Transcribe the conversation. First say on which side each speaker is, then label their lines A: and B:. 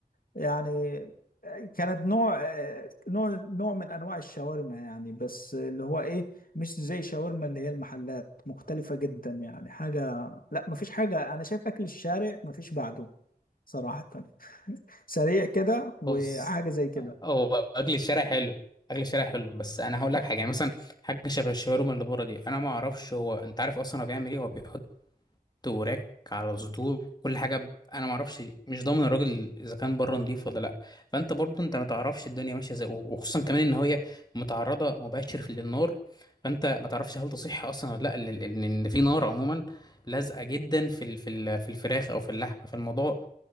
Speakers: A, on the left (about 65°); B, on the left (about 25°).
A: يعني كانت نوع آه، نوع نوع من أنواع الشاورما يعني بس اللي هو إيه مش زي شاورما اللي هي المحلات مختلفة جدا يعني حاجة لا مفيش حاجة أنا شايف أكل الشارع مفيش بعده صراحة سريع كده وحاجة
B: بص
A: زي كده
B: هو اكل الشارع حلو اكل الشارع حلو بس انا هقول لك حاجه يعني مثلا حاجه شبه الشاورما اللي بره دي انا ما اعرفش هو انت عارف اصلا هو بيعمل ايه هو بيحط وراك على صدور كل حاجه ب- انا ما اعرفش مش ضامن الراجل اذا كان بره نضيف ولا لا فانت برضو انت ما تعرفش الدنيا ماشيه ازاي وخصوصا كمان ان هي متعرضه مباشر للنار فانت ما تعرفش هل تصح اصلا ولا لا ان ان إن في نار عموما لازقه جدا في ال- في ال- في الفراخ او في اللحمه فالموضوع